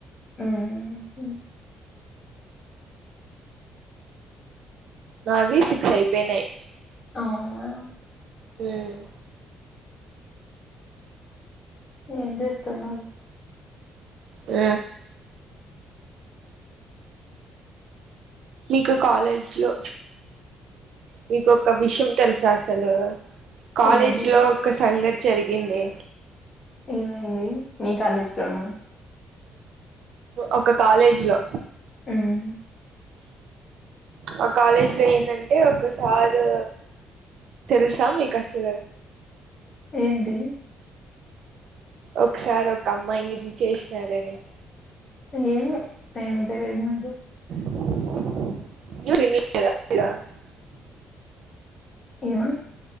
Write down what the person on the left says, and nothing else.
మ్మ్.
అవునా
ఏం చేస్తున్నారు
ఏంటి
ఏమైంది మీ కాలేజీ లోన
ఉమ్
ఏంటి
ఏం ఏం తెలియదు నాకు
ఏమ